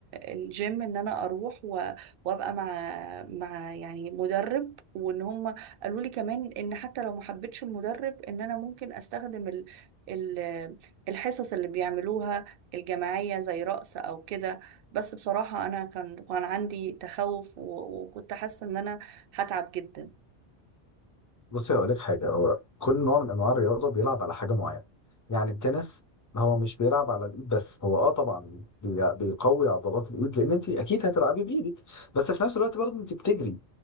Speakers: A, on the right; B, on the left.
A: الجيم ان انا اروح و... وابقى مع مع يعني مدرب وان هم قالوا لي كمان ان حتى لو ما حبيتش المدرب ان انا ممكن استخدم ال ال الحصص اللي بيعملوها الجماعية زي رقص او كده بس بصراحة انا كان كان عندي تخوف و- وكنت حاسة ان انا هتعب جدا
B: بصي هقول لك حاجه هو كل نوع من انواع الرياضه بيلعب على حاجه معينه يعني التنس هو مش بيلعب على الايد بس هو اه طبعا بي- بيقوي عضلات الايد لان انت اكيد هتلعبي بايدك بس في نفس الوقت برضه انت بتجري